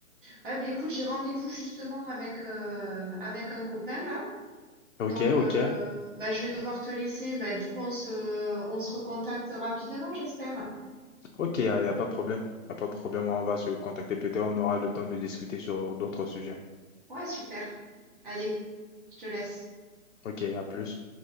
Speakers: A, on the right; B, on the left.
A: Ah ben écoute, j'ai rendez-vous justement avec, euh, avec un copain là.
B: Ok,
A: Donc euh,
B: ok.
A: bah, je vais devoir te laisser. Bah, du coup, on se, on se recontacte rapidement, j'espère.
B: Ok, il n'y a, y a pas de problème. Il a pas de problème. On va se contacter. Peut-être on aura le temps de discuter sur d'autres sujets.
A: Ouais, super. Allez, je te laisse.
B: Ok, à plus.